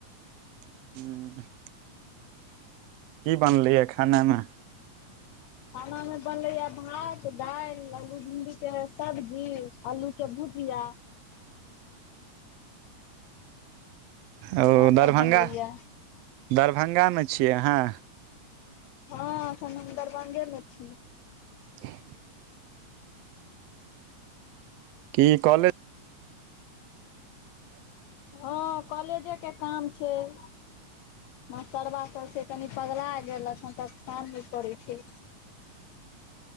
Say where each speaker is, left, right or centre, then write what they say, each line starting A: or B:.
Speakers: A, on the right; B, on the left.
A: हू की बनलैया खानामे?
B: खानामे बनलैया भात दालि आलू भिणडीके सब्जी आलूके भुजिया।
A: ओ
B: इएह सब
A: दरभंगा
B: बनलैये
A: दरभ्ंगामे छियै अहाँ?
B: हँ एखन हम दरभंगे मे छि।
A: <unintelligible> की कॉलेज
B: हँ कॉलेजे के काम छैय। मस्टरबा सभ छैय तनि पगला गेलक ह तक काम नहि करैत छैय।